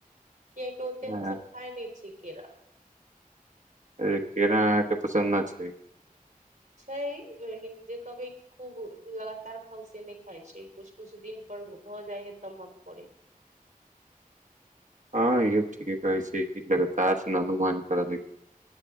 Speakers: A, on the right (about 80°); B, on the right (about 60°).
A: कियकि ओते
B: अरे
A: हमस खााय नहि छियै केरा
B: अ केना के पसन्द छै
A: इ्छा ह जेे कहबै खूब लगातार खाउ से नहि खाइ छै कु कुछु दिन पर भऽ जाइ है तऽ मन करे
B: ह इहो ठीके कहै छिए ल त अनुमान कर के